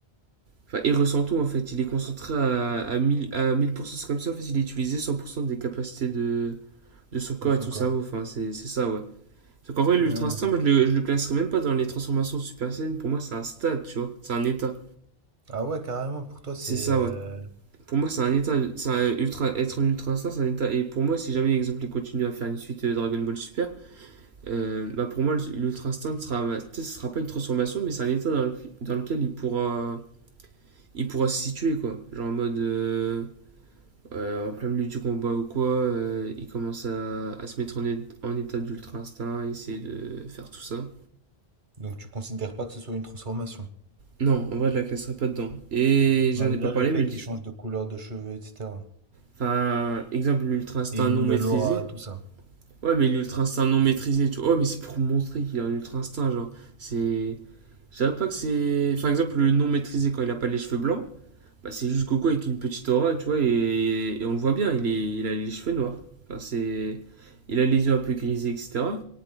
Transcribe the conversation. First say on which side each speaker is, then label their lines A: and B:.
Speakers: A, on the right (about 75°); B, on the right (about 50°).
A: Enfin, il ressent tout, en fait. Il est concentré à, à mille pour cent c'est comme ça, en fait, il a utilisé 100% des capacités de, de son corps
B: De son
A: et de son
B: corps.
A: cerveau. Enfin, c'est c'est ça, ouais. Donc, en vrai, l'Ultra
B: Ouais.
A: Instinct, moi, je le, je le classerais même pas dans les transformations de Super Saiyan. Pour moi, c'est un stade, tu vois. C'est un état.
B: Ah ouais, carrément, pour toi, c'est...
A: C'est ça,
B: euh,
A: ouais. Pour moi, c'est un état, c'est un ultra, être en ultra instinct, c'est un état. Et pour moi, si jamais, exemple, ils continuent à faire une suite euh, Dragon Ball Super, euh, bah pour moi, l'ultra instinct sera, bah, ce sera pas une transformation, mais c'est un état dans, le- dans lequel il pourra, il pourra se situer quoi. Genre en mode, euh, euh, en plein milieu du combat ou quoi, euh, il commence à, à se mettre en, é- en état d'ultra instinct, essayer de faire tout ça.
B: Donc tu considères pas que ce soit une transformation,
A: Non, en vrai, je la classerai pas dedans. Et
B: malgré
A: j'en ai pas parlé,
B: le fait
A: mais,
B: qu'il change de couleur de cheveux, etc.
A: enfin, exemple, l'ultra instinct
B: Et une
A: non
B: nouvelle
A: maîtrisé.
B: aura, tout ça.
A: Ouais, mais l'ultra instinct non maîtrisé, tu vois. Ouais, mais c'est pour montrer qu'il a un ultra instinct, genre. C'est. Je dirais pas que c'est. Par exemple, le non maîtrisé quand il a pas les cheveux blancs, bah c'est juste Goku avec une petite aura, tu vois, et, et on le voit bien, il, est... il a les cheveux noirs. Enfin, c'est. Il a les yeux un peu grisés, etc.